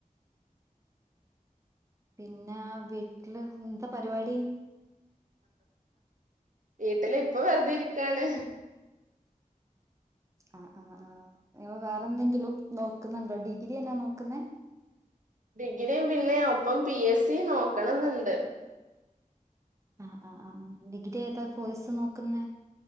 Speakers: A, on the right (about 20°); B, on the right (about 70°).
A: പിന്നാ വീട്ടില് എന്താ പരിപാടി
B: വീട്ടില് പ്പൊ വെറുതെരിക്കാണ്
A: ആഹ് ആഹ് ങ്ങൾ വേറെന്തെങ്കിലും നോക്കുന്നുണ്ടോ ഡിഗ്രി അല്ലാ നോക്കുന്നേ
B: ഡിഗ്രിയും പിന്നെ ഒപ്പം പി എസ് സിയും നോക്കണം ന്നുണ്ട്
A: ആഹ് ആഹ് ആഹ് ഡിഗ്രി ഏതാ കോഴ്സ് നോക്കുന്നെ